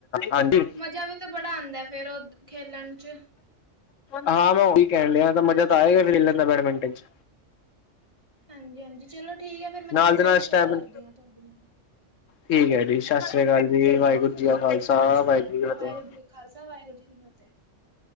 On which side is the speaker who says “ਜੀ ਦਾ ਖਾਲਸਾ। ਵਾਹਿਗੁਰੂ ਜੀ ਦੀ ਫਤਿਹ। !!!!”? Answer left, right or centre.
Right